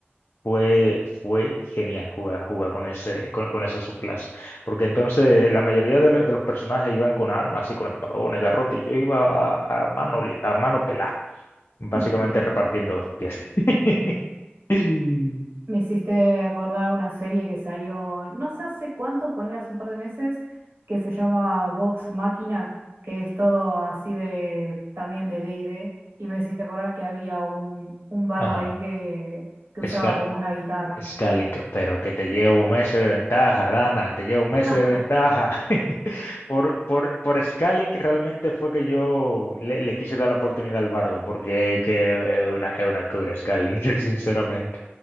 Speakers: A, on the left; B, on the right.
A: fue, fue genial jugar, jugar con ese, con, con esa subclase. Porque entonces la mayoría de, la- de los personajes iban con armas y con espadones, garrotes. y Yo iba a, a mano, lim- a mano pelada, básicamente
B: <laughs>
A: repartiendo hostias. <laughs> Mm.
B: Me hiciste acordar una serie que salió no sé hace cuánto, poner hace un par de meses, que se llama Vox Máquina, que es todo así de también de D&D, y D. Y me hiciste acordar que había un, un bardo
A: Ajá.
B: ahí que, que
A: Escala.
B: usaba como una guitarra.
A: Scaling, pero que te llevo un mes de ventaja, Dana, te llevo un
B: <laughs>
A: mes de ventaja. <laughs> Por, por, por Scaling realmente fue que yo le, le quise dar la oportunidad al Bardo, porque que es una, es una cura Scaling, <laughs> sinceramente.